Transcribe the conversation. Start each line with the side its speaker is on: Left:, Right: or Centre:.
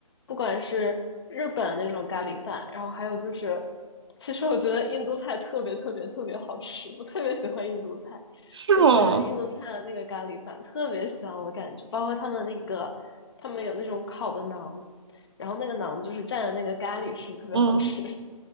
Left: 不管是日本的那种咖喱饭，然后还有就是，其实我觉得印度菜特别特别特别好吃，我特别喜欢印度菜，
Right: 是吗？
Left: 就是印度菜的那个咖喱饭特别香，我感觉，包括他们那个他们有那种烤的馕。然后那个馕就是蘸着那个咖喱吃，特别好吃。
Right: 嗯，
Left: <laughs>